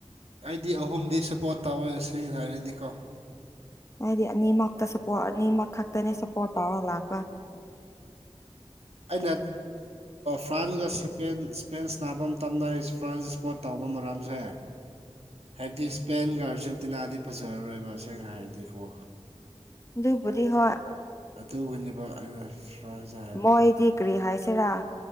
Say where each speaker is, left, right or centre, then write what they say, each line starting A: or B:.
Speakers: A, on the right; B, on the left.
A: ꯑꯩꯗꯤ ꯑꯍꯨꯝꯗꯤ ꯁꯞꯄꯣꯔꯠ ꯇꯧꯋꯦ ꯁꯦꯡꯅ ꯍꯥꯏꯔꯗꯤꯀꯣ
B: ꯍꯥꯏꯗꯤ ꯑꯅꯤꯃꯛꯇ ꯁꯄꯣꯔꯠ ꯑꯅꯤꯃꯛ ꯈꯛꯇꯅꯦ ꯁꯞꯄꯣꯔꯠ ꯇꯧꯔ ꯂꯥꯛꯄ
A: ꯑꯩꯅ ꯐ꯭ꯔꯥꯟꯁꯒꯄ ꯏꯁꯄꯦꯟꯁ ꯅꯥꯕ ꯃꯇꯝꯗ ꯐ꯭ꯔꯥꯟꯁ ꯏꯁꯄꯣꯔꯠ ꯇꯧꯕ ꯃꯔꯝꯁꯦ
B: <unintelligible>
A: ꯍꯥꯏꯕꯗꯤ ꯁ꯭ꯄꯦꯟꯒ ꯑꯥꯔꯖꯦꯟꯇꯤꯅꯥꯗꯤ ꯐꯖꯔꯔꯣꯏꯕ ꯑꯁꯦꯡꯅ ꯍꯥꯏꯔꯗꯤꯀꯣ
B: ꯑꯗꯨꯕꯗꯤ ꯍ
A: ꯑꯗꯨꯒꯅꯦꯕ ꯑꯩꯅ ꯐ꯭ꯔꯥꯟꯁꯇ ꯍꯥꯏꯕꯗꯣ
B: ꯃꯣꯏꯗꯤ ꯀꯔꯤ ꯍꯥꯏꯁꯦꯔꯥ